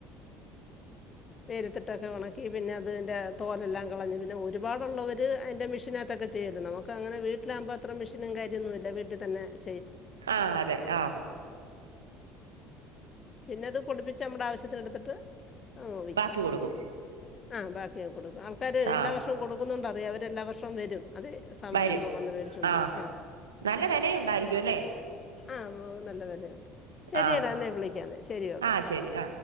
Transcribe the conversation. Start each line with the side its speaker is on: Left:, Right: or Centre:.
Left: വെയിലെത്തിട്ട് ഒക്കേ ഒണക്കി പിന്നെ അതിന്റെ തോലയെല്ലാം കളഞ്ഞ് പിന്നെ ഒര്പാട് ഒള്ളവെര് അയിന്റെ മിഷിനത്തെക്കേ ചെയ്യാല്ലോ നമ്മക്ക് അങ്ങനെ വീട്ടിലാമ്പോ അത്ര മിഷനും കാര്യ <inaudible> ന്നല്ല വീട്ടിൽ തന്നെ <inaudible>
Right: ആഹ അതെ ആഹ
Left: പിന്നെ അത് പൊടിപ്പിച്ച് നമ്മുടെ ആവശ്യത്തിന എടുത്തിട്ട് അങ്ങ് വിൽക്കും
Right: ബാക്കി കൊടുക്കും
Left: ആ ബാക്കി ആക്കു കൊടുക്കും ആൾക്കാര്
Right: ആ
Left: എല്ലാ വർഷവും കൊടുക്കുന്നുണ്ട അവരെല്ലാ വർഷം വരും അത് സമയമാകുമ്പോൾ
Right: വരും
Left: വന്ന് മേടിച്ചുകൊണ്ട്
Right: ആ
Left: പോകും
Right: നല്ല വിലയുണ്ടായിരിക്കും അല്ലേ
Left: ആ മ നല്ല വിലയുണ്ട് ശരിടാന്ന്
Right: ആ
Left: എ വിളി ശെരി ഓക്കെ
Right: ആ ശരി ആ